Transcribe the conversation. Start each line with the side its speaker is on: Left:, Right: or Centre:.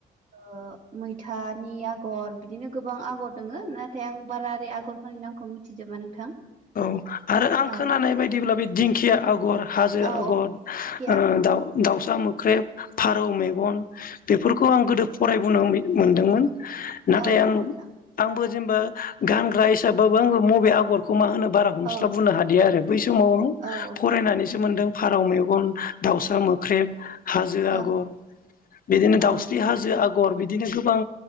Right: ओ मैथानि आगर बिदिनो गोबां आगर दङ नाथाय आं बारा ओरै आगरफोरनि नाम खौ मिथिजोबा नोंथां
Left: औ आरो आं
Right: औ
Left: खोनानाय बायदिब्ला बे दिंखिया आगर हाजो
Right: औ
Left: आगर
Right: आगर
Left: दाउ दाउसा मोख्रेब फारौ मेगन बेफोरखौ आं गोदो फरायबोनो मोनदोंमोन। नाथाय
Right: औ
Left: आं
Right: नंगौ नोंथां
Left: आंबो जेनेबा गानग्रा हिसाबाबो आं बबे आगरखौ मा होनोब बारा हमस्लाबबोनो
Right: औ
Left: हादि आरो बै समाव
Right: औ
Left: फरायनानैसो
Right: नंगौ
Left: मोनदों। फारौ मेगन दाउसा मोख्रेब। हाजो आगर
Right: औ
Left: बिदिनो
Right: औ
Left: दाउस्रि हाजो आगर। आगर बिदिनो गोबां